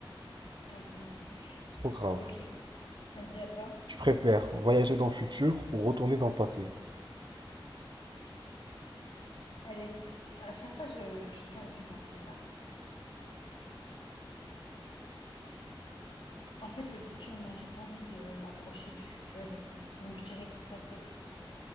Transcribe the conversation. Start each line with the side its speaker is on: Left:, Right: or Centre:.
Left: Non, vraiment.
Right: Trop grave.
Left: Ok, vas-y à toi.
Right: Tu préfères voyager dans le futur ou retourner dans le passé?
Left: Allez, à chaque fois, je, je suis perdue dans celle-là. En fait, le futur, non, j'ai pas envie de m'approcher du futur et tout. Donc, je dirais passer